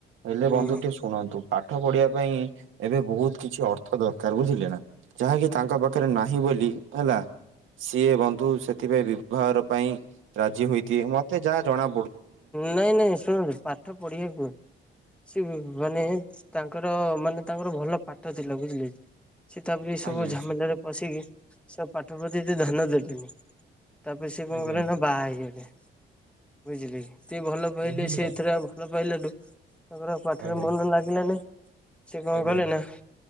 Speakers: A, on the right (about 80°); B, in the centre.
A: ହେଲେ
B: ହୁଁ।
A: ବନ୍ଧୁ ଟିକେ ଶୁଣନ୍ତୁ। ପାଠ ପଢ଼ିବା ପାଇଁ ଏବେ ବହୁତ୍ କିଛି ଅର୍ଥ ଦରକାର୍ ବୁଝିଲେ ନା ଯାହାକି ତାଙ୍କ ପାଖରେ ନାହିଁ। ବୋଲି ହେଲା ସିଏ ବନ୍ଧୁ ସେଥିପାଇଁ ବିଭାଘର ପାଇଁ ପାଇଁ ରାଜି ହୋଇ ଦିଏ ମତେ ଯାହା ଜଣା
B: ନାଇଁ ନାଇଁ ଶୁଣନ୍ତୁ ପାଠ ପଢ଼ିବାକୁ ସେ ମାନେ ତାଙ୍କର ମାନେ ତାଙ୍କର ଭଲ ପାଠ ଥିଲା ବୁଝିଲେ କି? ସେ ତାପରେ ଏସବୁ
A: ଆଜ୍ଞା
B: ଝାମେଲାରେ ପଶିକି ସବୁ ପାଠ ପ୍ରତି ଧ୍ୟାନ ଦେଲେନି। ତାପରେ ସେ କଣ
A: ଆଜ୍ଞା
B: କଲେ ନା ବାହା ହେଇଗଲେ ବୁଝିଲେକି ଏତେ ଭଲ ପାଇଲେ
A: ବୁଝିଲୁ
B: ସେ
A: ତ
B: ଏଥିରେ ଆଉ ଭଲ ପାଇଲାଠୁ ତାଙ୍କର ଆଉ ପାଠରେ
A: ଆଜ୍ଞା
B: ମନ ଲାଗିଲାନାଇ ସେ କଣ
A: ଆଜ୍ଞା
B: କଲେ ନା